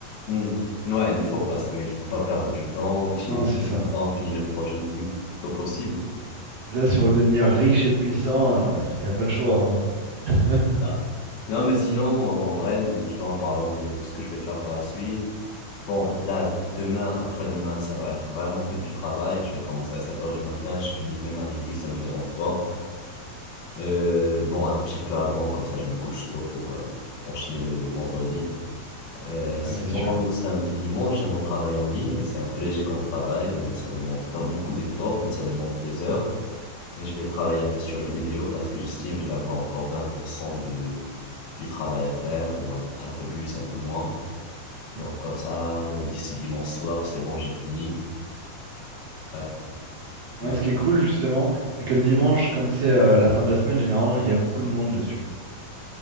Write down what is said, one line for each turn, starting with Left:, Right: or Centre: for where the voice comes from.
Left: Hmm. Ouais, il le faut parce qu'il faut pas perdre du temps, optimiser,
Right: Non, c'est ça.
Left: comme ça, on finit le projet le plus tôt possible.
Right: Ça, si on veut devenir riche et puissant, il n'y a pas le choix. hein. <laughs>
Left: Là. Non, mais sinon, en vrai, tu vois, en parlant de ce que je vais faire par la suite. Bon, là, demain, après-demain, ça va être vraiment que du travail. Je vais commencer à 7 heures du matin, je finis même à minuit, ça me dérange pas. Euh, bon, un petit peu avant, comme ça, je me couche tôt pour euh, enchaîner le vendredi. Euh, sinon,
Right: Ah, c'est sûr.
Left: le samedi, dimanche, j'ai mon travail en ligne, mais c'est un peu léger comme travail. Euh, Ça demande pas beaucoup d'efforts, mais ça demande des heures. Et je vais travailler un peu sur les vidéos parce que j'estime que je vais avoir encore 20% de, du travail à faire, ou un un peu plus, un peu moins.
Right: Mm.
Left: Donc comme ça, euh, d'ici dimanche soir, c'est bon, j'ai fini. Ouais,
Right: Non,
Left: mais
Right: mais ce qui est cool, justement, c'est que le dimanche, comme c'est euh, la fin de la semaine, généralement, il y a beaucoup de monde dessus.